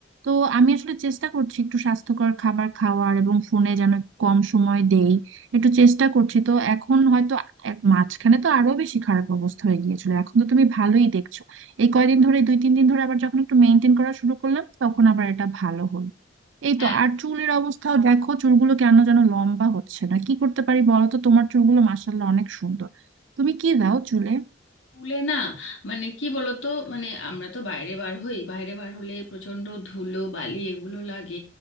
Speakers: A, on the right; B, on the left.
A: তো আমি আসলে চেষ্টা করছি একটু স্বাস্থ্যকর খাবার খাওয়ার এবং ফোনে যেন কম সময় দেই একটু চেষ্টা করছি তো এখন হয়তো এক- মাঝখানে তো আরো বেশি খারাপ অবস্থা হয়ে গিয়েছিল এখন তো তুমি ভালোই দেখছো এই কয়দিন ধরে দুই তিন দিন ধরে আবার যখন একটু মেনটেন করা শুরু করলাম তখন আবার এটা ভালো হলো এই
B: হ্যাঁ
A: তো আর চুলের অবস্থাও দেখো চুলগুলো কেন যেন লম্বা হচ্ছে না কি করতে পারি বলো তো তোমার চুলগুলো মাশাআল্লাহ অনেক সুন্দর তুমি কি দাও চুলে
B: স্কুলে না মানে কি বলতো মানে আমরা তো বাইরে বার হই বাইরে বার হলে প্রচণ্ড ধুলো বালি এগুলো লাগে